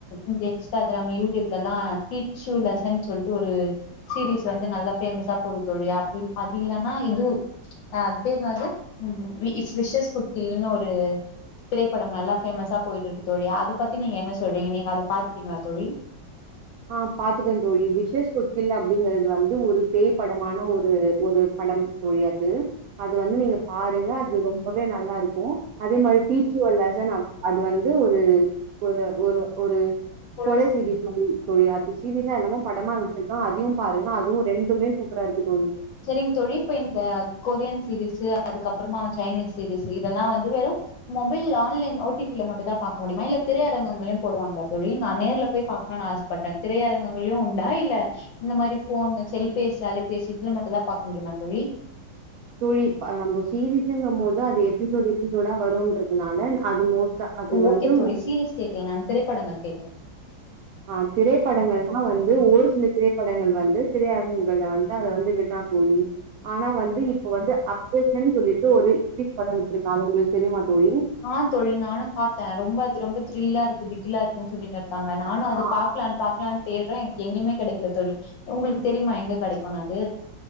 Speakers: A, on the left; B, on the right.
A: இந்த இன்ஸ்டாக் கிராம் யூடியூப்லெல்லா டீச்சியு லெசன் சொல்லிட்டு ஒரு சீரிஸ் வந்து நல்லா பேமஸா பொது தோழி அப்படிருக் அது இல்ன்னா இது அத் பேர்ன்னாது ம் ம் இ விஷேஸ் குடுத்தில்லன்னு ஒரு திரைப்படம் நல்லா ஃபேமஸா போயிட்டு இருக்கு தோழி அத பத்தி நீங்க என்ன சொல்றீங்க நீங்க அத பாத்துட்டீங்கலா தோழி
B: ஆ பாத்துட்டே தோழி விஷேஷ் குடித்தில அப்படிங்கறது வந்து ஒரு பேய்படமான ஒரு ஒரு படம் தோழி அது அது வந்து நீங்க பாருங்க அது ரொம்பவே நல்லாருக்கு அதே மாதிரி டீத் ச்சுவல் லசன் அப் அது வந்து ஒரு ஒரு ஒரு
A: தோழி
B: கொல செய்தியே சீரீயு சொன்னமாரி தோழி அது சீரியஸா இல்லாம படமா விட்ருக்கா அதையு பாருங்க அதுவு ரெண்டுமே சூப்பராருருக்கு தோழி
A: செரிங்க தோழி இப்ப இந்த கொரியன் சீரீஸ் அதுக்கப்புறமா சைனீஸ் சீரீஸ் இதெல்லாம வந்து வெறு மொபைல் ஆன்லைன் ஓ டி பில மட்டு தா பாக்க முடியமா இல்ல திரையரங்கங்களையு போடுவாங்களா தோழி நா நேர்ல போய் பாக் நா ஆசப்பட்டே திரையரங்கங்களையு உண்டா இல்ல இந்த மாரி ஃபோன் செல்பேசி அலை பேசி இதுல மட்டும் தா பாக்க முடியுமா தோழி
B: தோழி இப்பா நம்ம சீரிஸுங்கும் போது அது எபிசோடு எபிசோடா வருன்றதுனால அது மோஸ்ட்டா அது
A: ஓ ஓகே
B: வந்து
A: தோழி சீரிஸ் கேகல நானு திரைப்படங்கள் கேக்கற
B: ஆ திரைப்படங்கள்லா வந்து ஒரு சில திரைப்படங்கள் வந்து திரையரங்குங்கள்ல வந்து அத வந்து விட்றான் தோழி ஆனா வந்து இப்ப வந்து அப்ரேஷன் சொல்லிட்டு ஒரு இங்கிலீஷ் படோ விட்டுருக்கா அது உங்களுக்கு தெரியுமா தோழி
A: ஆ தோழி நானு பாத்த ரொம்ப அது ரொம்ப த்ரில்லாருக்குத் திகிளாருக்குன் சொல்லின் இருக்கங்க நானு அது
B: ஆ
A: பாக்கலான் பாக்கலான் தேட்றே எங்கேயுமே கெடைக்கல தோழி உங்களுக்கு தெரியுமா எங்க கடைக்கன்னு அது